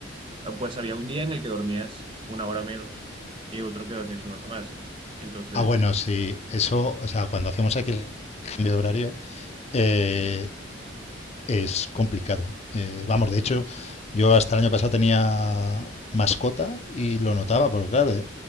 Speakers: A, on the right; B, on the left.
A: ah, pues había un día en el que dormías una hora menos y otro que dormías una hora más. Entonces,
B: ah, bueno, sí, eso, o sea, cuando hacemos aquí el cambio de horario, eh, es complicado. Eh, vamos, de hecho, yo hasta el año pasado tenía mascota y lo notaba, porque claro, eh,